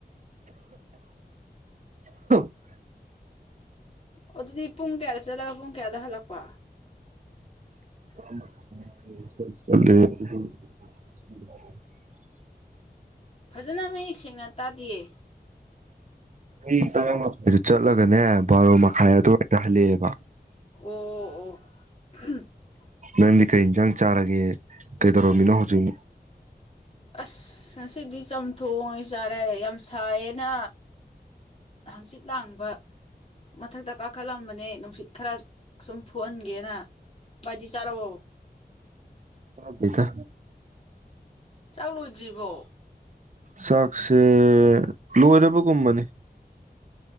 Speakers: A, on the right; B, on the left.
A: <inaudible>
B: ꯑꯗꯨꯗꯤ ꯄꯨꯡ ꯀꯌꯥꯗ ꯆꯠꯂꯒ ꯄꯨꯡ ꯀꯌꯥꯗ ꯍꯜꯂꯛꯄ
A: <inaudible>
B: ꯐꯖꯅ ꯃꯌꯦꯛ ꯁꯦꯡꯅ ꯇꯥꯗꯤꯌꯦ
A: ꯑꯩ ꯇꯔꯥ ꯃꯈꯥꯏꯗꯨ ꯆꯠꯂꯒꯅꯦ ꯕꯥꯔꯣ ꯃꯈꯥꯏ ꯑꯗꯨꯋꯥꯏꯗ ꯍꯜꯂꯛꯑꯦꯕ
B: ꯎꯝ ꯎꯝ ꯎꯝ ꯎ <inaudible>
A: ꯅꯪꯗꯤ ꯀꯩ ꯌꯦꯟꯖꯥꯡ ꯆꯥꯔꯒꯦ ꯀꯩꯗꯧꯔꯝꯃꯤꯅꯣ ꯍꯧꯖꯤꯛ
B: ꯑꯁ ꯉꯁꯤꯗꯤ ꯆꯝꯊꯣꯡ ꯑꯣꯏꯅ ꯆꯥꯔꯦ ꯌꯥꯝ ꯁꯥꯏꯌꯦꯅ ꯍꯪꯆꯤꯠ ꯂꯥꯡꯕ ꯃꯊꯛꯇ ꯀꯥꯈꯠꯂꯝꯕꯅꯦ ꯅꯨꯡꯁꯤꯠ ꯈꯔ ꯁꯨꯝ ꯐꯨꯍꯟꯒꯦꯅ ꯚꯏꯗꯤ ꯆꯥꯔꯕꯣ
A: ꯆꯗꯦꯗ
B: ꯆꯥꯛ ꯂꯣꯏꯗ꯭ꯔꯤꯕꯣ
A: ꯆꯥꯛꯁꯦ ꯂꯣꯏꯔꯕꯒꯨꯝꯕꯅꯤ